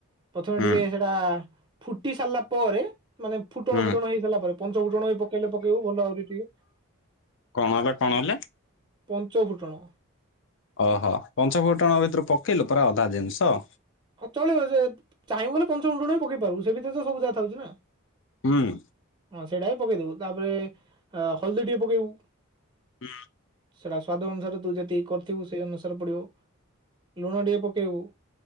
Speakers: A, on the right; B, on the left.
A: ପ୍ରଥମେ
B: ହୁଁ
A: ଟିକେ ହେଡ଼ା ଫୁଟି ସାର୍ଲା ପରେ ମାନେ ଫୁଟଣ
B: ହୁଁ।
A: ପୁଟଣ ହେଇ ସାର୍ଲା ପରେ ପଞ୍ଚ ଫୁଟଣ ଇ ପକେଇଲେ ପକେଇଉ ବଲ ଆଉରି ଟିଏ।
B: କଣ ଏଲା କଣ ଏଲା।?
A: ପଞ୍ଚଫୁଟଣ।
B: ଅହ ପଞ୍ଚ ଫୁଟଣ ଭିତରୁ ପକେଇଲୁ ପୁରା ଅଧା ଜିନ୍ଷ।
A: ଅଁ ଚଳିବ ଯେ ଚାହିଁବୁ ବଲେ ପଞ୍ଚ ଫୁଟଣ ବି ପକେଇ ପାରିବୁ ସେ ଭିତରେ ତ ସବୁ ଯାଥାଉଛି ନା
B: ହୁ ଉ
A: ହଁ ସେଇଡ଼ା ବି ପକେଇଦବୁ ତାପରେ ହଲ୍ଦୀ ଟିକେ ପକେଇବୁ
B: ହୁ
A: ସେଇଡ଼ା ସ୍ୱାଦ ଅନୁସାରେ ତୁ ଯେତିକି କର୍ଥିବୁ ସେଇ ଅନୁସାରେ ପଡ଼ିବ ଲୁଣ ଟିକେ ପକାଇବୁ।